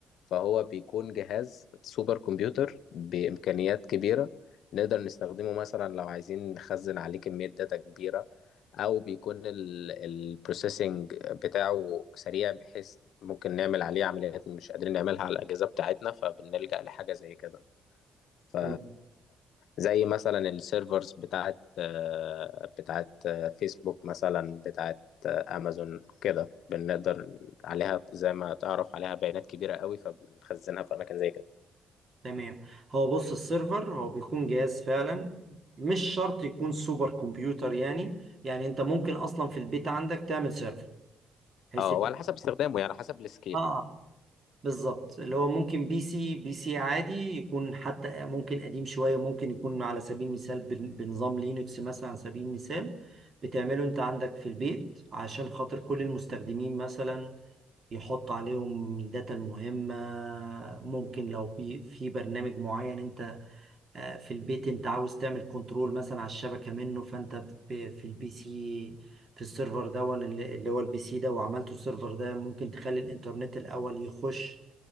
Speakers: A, on the left; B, on the right.
A: فهو بيكون جهاز سوبر كمبيوتر بإمكانيات كبيرة نقدر نستخدمه مثلا لو عايزين نخزن عليه كمية داتا كبيرة أو بيكون البروسيسنج بتاعه سريع بحيث ممكن نعمل عليه عمليات مش قادرين نعملها على الأجهزة بتاعتنا فبنلجأ لحاجة زي كده ف
B: تمام
A: زي مثلا السيرفرز بتاعت آه، بتاعت آه، فيسبوك مثلا بتاعت آه، امازون كده بنقدر عليها زي ما تعرف عليها بيانات كبيرة قوي فبنخزنها في اماكن زي كده
B: تمام هو بص السيرفر هو بيكون جهاز فعلا مش شرط يكون سوبر كمبيوتر يعني يعني انت ممكن اصلا في البيت عندك تعمل سيرفر بحيث
A: اه وعلى حسب استخدامه يعني على حسب السكيل
B: اه بالظبط اللي هو ممكن بي سي بي سي عادي يكون حتى ممكن قديم شوية ممكن يكون على سبيل المثال بن- بنظام لينكس مثلا على سبيل المثال بتعمله انت عندك في البيت عشان خاطر كل المستخدمين مثلا يحط عليهم الداتا المهمة ممكن لو في في برنامج معين انت آه، في البيت انت عاوز تعمل كنترول مثلا على الشبكة منه فانت ب- في البي سي في السيرفر ده وان- اللي هو البي سي ده وعملته السيرفر ده ممكن تخلي الانترنت الاول يخش